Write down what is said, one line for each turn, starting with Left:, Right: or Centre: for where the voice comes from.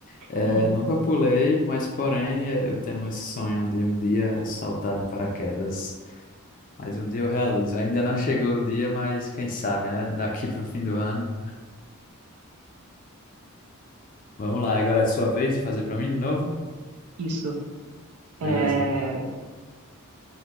Left: É,
Right: Hum.
Left: nunca pulei, mas porém é, eu tenho esse sonho de um dia saltar de paraquedas. Mas um dia eu realizo. Ainda não chegou o dia, mas quem sabe, né? Daqui para o fim do ano. Vamos lá, agora é sua vez de fazer para mim de novo?
Right: Isso. É...
Left: Beleza.